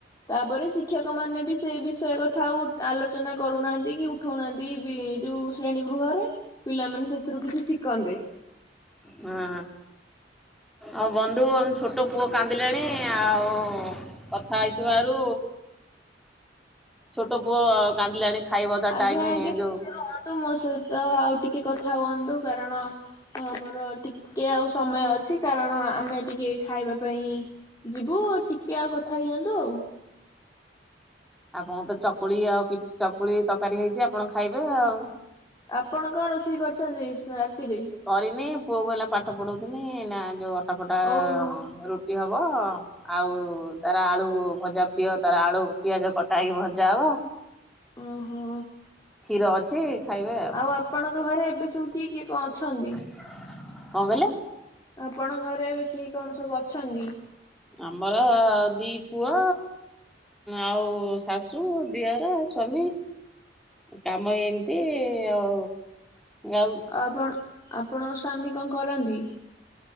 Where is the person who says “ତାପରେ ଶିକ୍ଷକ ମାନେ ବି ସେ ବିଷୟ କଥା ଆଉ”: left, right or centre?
Left